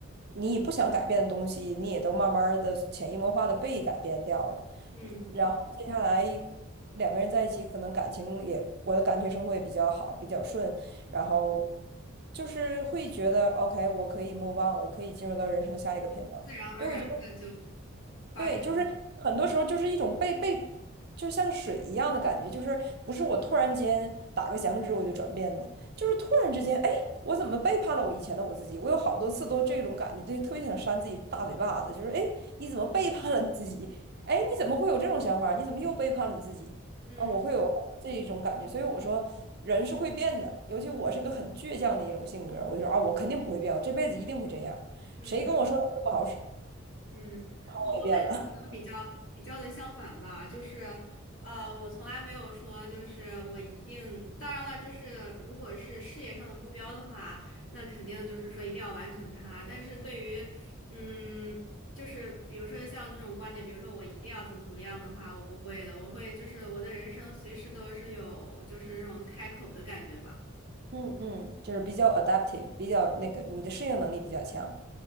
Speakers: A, on the right; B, on the left.
A: 你也不想改变的东西，你也都慢慢的潜移默化的被改变掉了。
B: 嗯，
A: 然后接下来两个人在一起，可能感情也我的感情生活也比较好，比较顺，然后就是会觉得 OK，我可以 move on，我可以进入到人生下一个篇章。
B: 自然而然的就
A: 所以我
B: 发生了，
A: 对，就是很多时候就是一种被被，就像水一样的感觉，就是不是我突然间打个响指我就转变的，就是突然之间，哎，我怎么背叛了我以前的我自己？我有好多次都这种感觉，对，特别想扇自己大嘴巴子，就是哎，你怎么背叛了你自己？哎，你怎么会有这种想法？你怎么又背叛了你自己？
B: 嗯
A: 啊，我会有好多这一种感觉，所以我说人是会变的，尤其我是个很倔强的一种性格，我就说啊，我肯定不会变，我这辈子一定会这样，
B: 嗯。
A: 谁跟我说我不好使，
B: 嗯，我我跟你可能比较比较的相反吧，
A: 我也变了。
B: 就是，呃，我从来没有说就是我一定，当然了，就是如果是事业上的目标的话，那肯定就是说一定要完成它。但是对于，嗯，就是比如说像这种观点，比如说我一定要怎么怎么样的话，我不会的，我会就是我的人生随时都是有就是这种开口的感觉吧。
A: 嗯嗯，就是比较 adaptive，比较那个你的适应能力比较强。